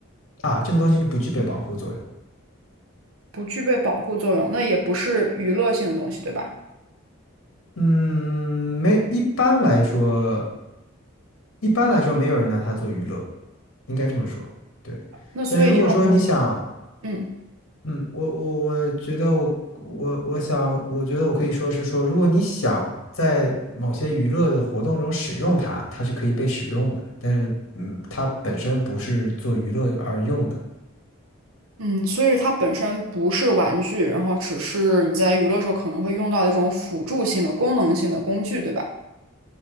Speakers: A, on the left; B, on the right.
A: 啊。这个东西不具备保护作用。
B: 不具备保护作用，那也不是娱乐性的东西，对吧？
A: 嗯，没，一般来说，一般来说没有人拿它做娱乐，应该这么说。对，
B: 那所以这种东西，
A: 但是如果说你想
B: 嗯
A: 嗯，我我我觉得我我我想，我觉得我可以说是说，如果你想在某些娱乐的活动中使用它，它是可以被使用的，但是嗯，它本身不是做娱乐而用的。
B: 嗯，所以它本身不是玩具，然后只是你在娱乐时候可能会用到一种辅助性的、功能性的工具，对吧？